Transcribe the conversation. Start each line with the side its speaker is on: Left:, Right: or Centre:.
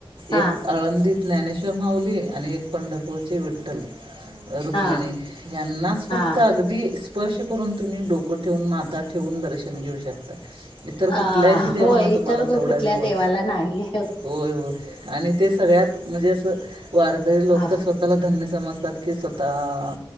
Left: हा
Right: एक आळंदीत ज्ञानेश्वर माऊली आणि एक पंढरपूरची विठ्ठल रुक्मिणी
Left: हा
Right: यांनाच
Left: हा
Right: फक्त अगदी स्पर्श करून तुम्ही डोकट ठेवून माता ठेवून दर्शन घेऊ शकतात. इतर
Left: अ
Right: कुठल्याही देवाना
Left: होय इतर
Right: तुम्हाला तेवढ्याजवळ
Left: कुठल्या देवाला नाही
Right: होय होय. आणि ते सगळ्यात म्हणजे असं वारकरी लो
Left: अ
Right: तर स्वतः स्ला धन्य समजतात की स्वतः